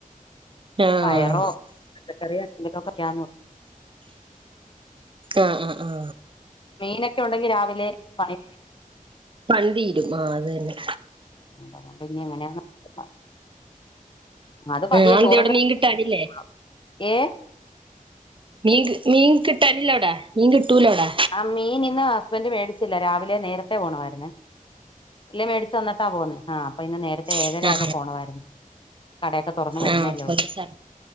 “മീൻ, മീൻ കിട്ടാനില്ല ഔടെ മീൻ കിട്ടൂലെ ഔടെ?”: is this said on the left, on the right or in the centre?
Right